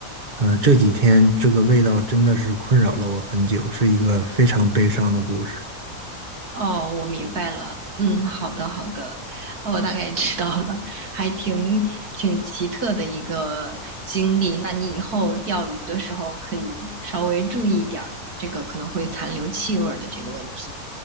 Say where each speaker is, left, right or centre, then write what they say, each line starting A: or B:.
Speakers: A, on the right (about 30°); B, on the right (about 85°).
A: 呃，这几天这个味道真的是困扰了我很久，是一个非常悲伤的故事。
B: 哦，我明白了。嗯，好的好的，我大概知道了，还挺挺奇特的一个经历。那你以后钓鱼的时候可以稍微注意一点儿，这个可能会残留气味儿的这个问题。